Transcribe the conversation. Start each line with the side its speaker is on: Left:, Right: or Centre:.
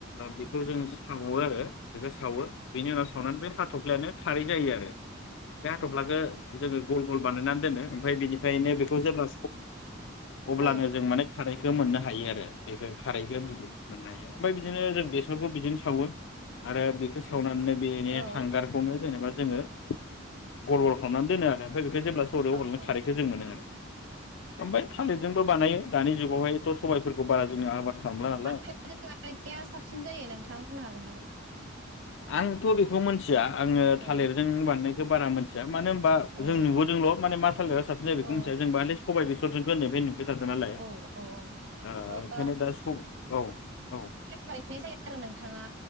Left: बेखौ जों <unintelligible> आरो सावो बेनि उनाव सावनानै बे हाथाव <unintelligible> खारै जायो आरो बे हाथबफ्लाखौ जोङो गल गल बानायनानै दोनो ओमफ्राय बिनिफ्रायनो बेखौ जेब्ला <unintelligible> अब्लानो
Right: औ
Left: जों माने खानाय बे मोननो हायो आरो बेखौ खारैखौ बि मोननो हायो ओमफ्राय बिदिनो जों बेसरखौ बिदिनो सावो आरो बेखौ सावनानै बेनि
Right: औ
Left: हांगारखौनो जेनेबा जोङो गल गल खालामनानै दोनो आरो ओमफ्राय ब जेब्ला सरो
Right: औ
Left: अब्लों
Right: औ
Left: खारैखौ जों मोनो आरो ओमफ्राय थालिरजोंबो बानायो दानि जुगावहायथ' सबबायफोरखौ बारा जों आबाद खालामला नालाय
Right: मा बानायनाया साबसिन जायो नोंथां बुंनो हागोन नामा
Left: आंथ' बेखौ मिथिया आं थालिरजों
Right: अ औ
Left: बानायनायखौ बारा मोनसे मानो होनबा
Right: औ
Left: जों नुबोदोंल' मा थालिरा साबसिन ज बेखौ
Right: औ
Left: मिथिया सबाय बेसरजों गोननायाय नुबाय थादों नालाय
Right: औ औ औ
Left: ओ
Right: <unintelligible>
Left: ओंखायनो दा स औ औ
Right: बायनाय जाया आरो नोंथाङा